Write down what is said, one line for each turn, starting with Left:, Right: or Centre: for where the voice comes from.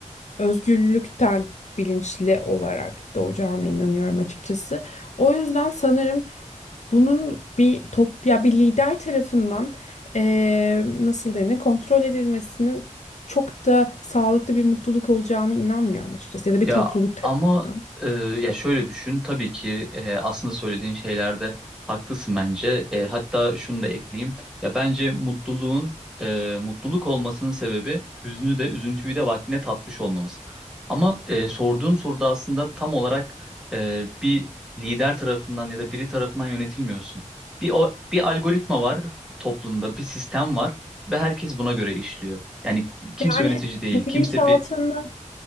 Left: özgürlükten bilinçli olarak doğacağına inanıyorum açıkçası. O yüzden sanırım bunun bir top ya bir lider tarafından eee, nasıl denir kontrol edilmesinin çok da sağlıklı bir mutluluk olacağına inanmıyorum açıkçası ya da
Centre: Ya
Left: bir topluluk tarafından.
Centre: ama e, ya şöyle düşün tabii ki e, aslında söylediğin şeylerde haklısın bence. E, hatta şunu da ekleyeyim. Ya bence mutluluğun e, mutluluk olmasının sebebi hüznü de üzüntüyü de vaktine tatmış olmamız. Ama e, sorduğum soruda aslında tam olarak e, bir lider tarafından ya da biri tarafından yönetilmiyorsun. Bir o, bir algoritma var toplumda, bir sistem var ve herkes buna göre işliyor. Yani kimse
Left: Yani
Centre: yönetici değil,
Left: bu
Centre: kimse
Left: bilinçaltını
Centre: bir